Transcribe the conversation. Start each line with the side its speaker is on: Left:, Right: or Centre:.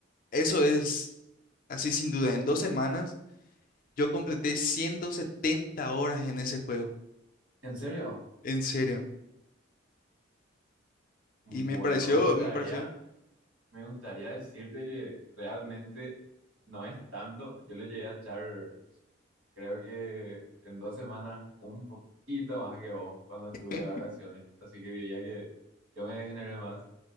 Left: eso es así sin duda, en dos semanas yo completé 170 horas en ese juego,
Right: ¿En serio?
Left: en serio.
Right: Bueno,
Left: Y me pareció,
Right: me gustaría,
Left: me pareció.
Right: me gustaría decirte que realmente no es tanto. Yo le llegué a echar Creo que en dos semanas un poquito más que vos cuando estuve
Left: <laughs>
Right: de vacaciones, así que diría que yo me degeneré más.